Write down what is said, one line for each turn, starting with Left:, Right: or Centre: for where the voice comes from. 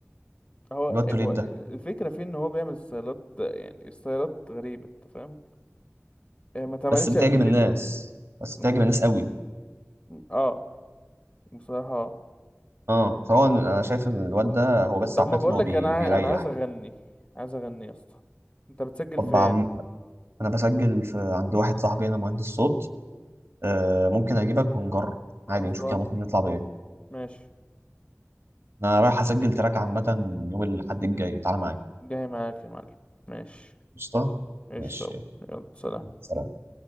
Left: هو
Right: الواد توليد
Left: هو
Right: ده
Left: الفكرة فيه ان هو بيعمل ستايلات يعني ستايلات غريبة انت فاهم آه، ما اتعملتش
Right: بس بتعجب
Left: قبل كده
Right: الناس بس
Left: ب...
Right: بتعجب الناس قوي
Left: اه بصراحة آه.
Right: اه فهو انا شايف ان الواد ده هو بس
Left: طب
Right: عامه
Left: ما بقولك
Right: هو بي...
Left: انا
Right: بيريح
Left: عا- انا عايز اغني عايز اغني يا اسطى انت بتسجل
Right: طب
Left: فين
Right: عم... انا بسجل في... عند واحد صاحبي هنا مهندس صوت آه، ممكن اجيبك ونجرب عادي
Left: خلصان
Right: نشوف كده ممكن نطلع بايه
Left: ماشي
Right: انا رايح اسجل تراك عامه يوم الاحد الجاي تعالى معايا
Left: جاي معاك يا معلم ماشي
Right: قشطه
Left: ايش
Right: ماشي
Left: يلا سلام
Right: يلا، سلام